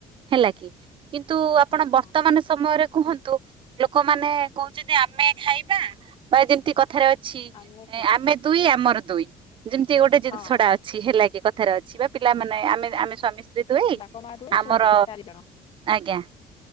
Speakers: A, on the right; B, on the left.
A: ହେଲା କି କିନ୍ତୁ କିନ୍ତୁ ଆପଣ
B: ହଁ
A: ବର୍ତ୍ତମାନ ସମୟରେ କୁହନ୍ତୁ ଲୋକମାନେ କହୁଛନ୍ତି ଆମେ ଖାଇବା ବା ଯେମିତି କଥାରେ ଅଛି ଅଛି
B: ଆମେ ଖାଇବା
A: ଆମେ ଦୁଇ ଆମର ଦୁଇ ଯେମିତି ଗୋଟେ ଜିନିଷ
B: ହଁ ହଁ
A: ଟା ଅଛି ହେଲା କି କଥାରେ ଅଛି ବା ପିଲମାନେେ ଆମେ ଆମେ ସ୍ବାମୀ ସ୍ତ୍ରୀ ଦୁଇ
B: ବାପ ମା ଦୁଇ
A: ଆମର
B: ଛୁଆ ଦି ଜଣ ଚାରି ଜଣ
A: ଆଜ୍ଞା